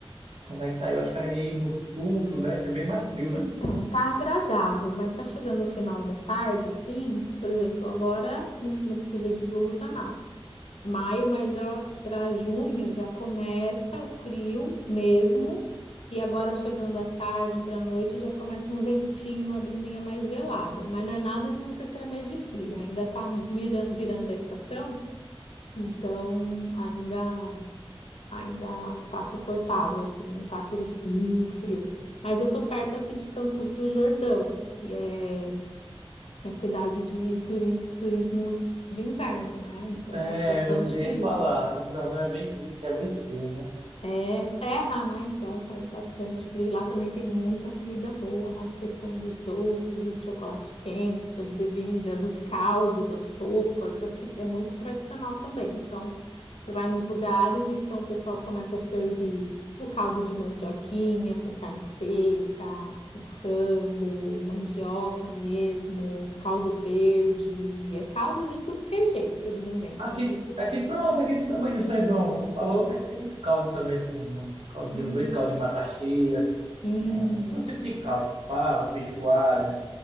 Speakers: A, on the right; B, on the left.
A: como é que tá. Eu acho que aí no sul, sudeste é bem mais frio, né?
B: Então, tá agradável, mas tá chegando o final da tarde, assim, por exemplo, agora não, não precisa de blusa, nada. maio, mas já para junho já começa o frio mesmo. E agora chegando à tarde para a noite já começa um ventinho, uma brisinha mais gelada. Mas não é nada de você tremer de frio, ainda tá miran- virando a estação, então ainda ainda tá suportável assim, não tá aquele frio, frio. Mas eu tô perto aqui de Campos do Jordão, que é é cidade de turis- turismo de inverno, né? Então
A: É,
B: faz bastante
A: eu já
B: frio.
A: ia falar. Campos do Jordão é bem isso, que é bem frio, né?
B: É serra, né? Então faz bastante frio. Lá também tem muita comida boa, a questão dos doces, dos chocolate quente, as bebidas, os caldos, as sopas. Aqui é muito tradicional também. Então você vai nos lugares, então o pessoal começa a servir o caldo de mandioquinha com carne seca, com frango, mandioca mesmo, caldo verde. É caldo de tudo que é jeito que eles inventam.
A: Aqui,
B: E-
A: aqui pronto, aqui no tamanho do São João. Você falou até que tem muito caldo também de São João. Caldozinho verde,
B: Hum,
A: caldo de macaxeira.
B: hum.
A: É, todo tipo de caldo. Fava, feijoada.